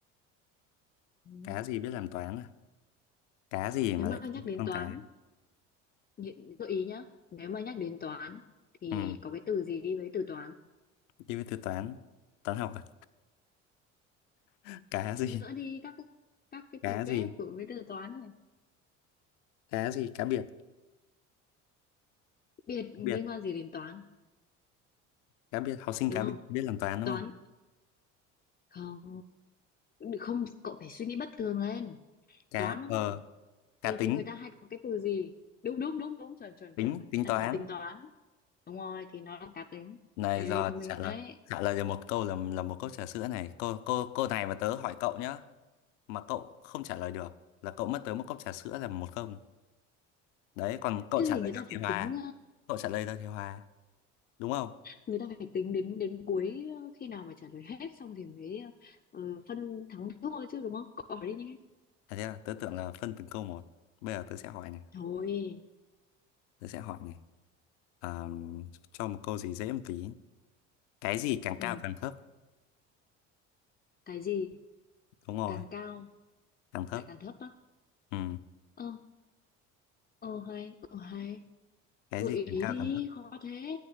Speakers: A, on the left; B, on the left.
A: Ừ.
B: cá gì biết làm toán à cá gì mà
A: Nếu mà
B: lại không
A: nhắc
B: phải
A: đến
B: con
A: toán,
B: cá
A: nhị- gợi ý nhá. Nếu mà nhắc đến toán thì
B: ừ
A: có cái từ gì đi với từ toán?
B: đi với từ toán toán học à <laughs> cá gì
A: Nữa đi các cái- các cái
B: cá
A: từ
B: gì
A: ghép của với từ toán này.
B: cá gì cá biệt
A: Biệt
B: cá biệt
A: liên quan gì đến toán?
B: cá biệt học sinh
A: Đúng
B: cá
A: không?
B: biệt biết làm toán đúng
A: Toán
B: không
A: không. Không, cậu phải suy nghĩ bất thường lên.
B: cá
A: Toán đúng
B: ờ
A: không?
B: cá
A: Thì
B: tính
A: thì người ta hay có cái từ gì? Đúng đúng đúng đúng chuẩn chuẩn
B: tính
A: chuẩn.
B: tính
A: Người ta
B: toán
A: hay có tính toán. Đúng rồi thì nó là cá tính.
B: này
A: Ê
B: giờ
A: thông minh
B: trả lời
A: ấy
B: trả lời được một câu là là một cốc trà sữa này cô cô cô này mà tớ hỏi cậu nhá mà cậu không trả lời được là cậu mất tới một cốc trà sữa là một không đấy còn cậu
A: cái
B: trả
A: gì
B: lời
A: người ta
B: được thì
A: phải
B: hòa
A: tính
B: cậu trả lời được thì hòa đúng không
A: người ta phải tính đến đến cuối ờ, khi nào mà trả lời hết xong thì mới ờ, phân thắng thua chứ đúng không cậu hỏi đi nhé.
B: à, thế là tớ tưởng là phân từng câu một bây giờ tớ sẽ hỏi này
A: thôi
B: tớ sẽ hỏi này à, cho một câu gì dễ một tí cái gì càng
A: ừ.
B: cao càng thấp
A: cái gì
B: đúng rồi
A: càng cao
B: càng thấp
A: lại càng thấp á
B: ừ.
A: ờ ờ hay ờ hay
B: cái
A: gợi
B: gì
A: ý
B: càng cao
A: đi
B: càng thấp
A: khó thế